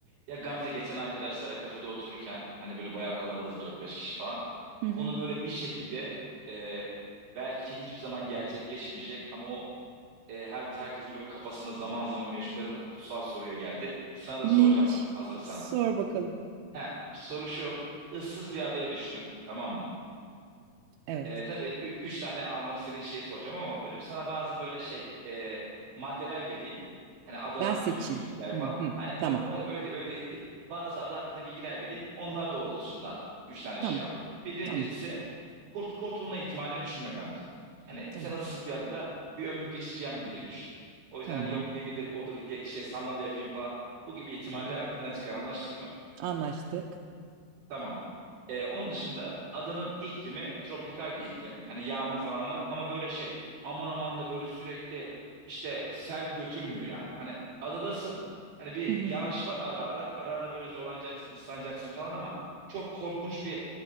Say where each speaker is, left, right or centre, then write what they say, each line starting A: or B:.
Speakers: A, on the right (about 60°); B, on the right (about 85°).
A: Ya Gamze geçen arkadaşlarla kafede otururken hani böyle bayağı kalabalığız dört beş kişi falan.
B: Hı
A: Konu
B: hı.
A: böyle bir şekilde e, belki hiçbir zaman gerçekleşmeyecek ama o e, her herkesin böyle kafasında zaman zaman meşgul eden o kutsal soruya geldi. Sana da
B: Neymiş?
A: soracağım hazırsan.
B: Sor bakalım.
A: He, soru şu. Issız bir adaya düştün tamam mı?
B: Evet.
A: E, tabii ü- üç tane almak istediğin şeyi soracağım ama böyle sana bazı böyle şey e, maddeler vereyim. Hani adı
B: Ben
A: hakkında
B: seçeyim.
A: bilgiler
B: Hı
A: falan.
B: hı.
A: Hani
B: Tamam.
A: yok hayır, öyle, de- öyle değil. Bazı adı hakkında bilgiler vereyim. Onlar doğrultusunda üç tane
B: Tamam.
A: şey al. Birincisi
B: Tamam.
A: kurt kurtulma ihtimalini düşünme Gamze. Hani
B: Tamam.
A: sen ıssız bir adada bir ömür geçireceğim diye düşün. O yüzden
B: Tamam.
A: hani yok gemidir odur ge- işte sandal yapayım falan. Bu gibi ihtimalleri aklından çıkar. Anlaştık mı?
B: Anlaştık.
A: Tamam. Ee, onun dışında adanın iklimi tropikal bir iklim. Hani yağmur falan var ama böyle şey aman aman da böyle sürekli işte sel götürmüyor yani. Hani adadasın hani bir
B: Hı hı.
A: yağış var ara ara ara ara böyle zorlanacaksın ıslanacaksın falan ama çok korkunç bir